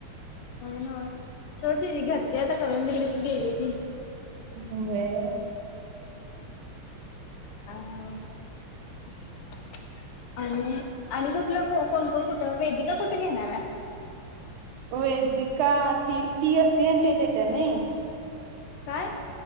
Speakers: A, on the left; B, on the right.
A: काय नव्हंचं. सोड तिची घरची आता करून दिली. आता गेली ती.
B: होय.
A: काय नव्हचं. आणि - आणि कुठलं को -कोण - कोण कुठ वेदिका कुठ घेणार आहे.
B: वेदिका ती - ती एस सी एन् टी त येत्या नाही.
A: काय?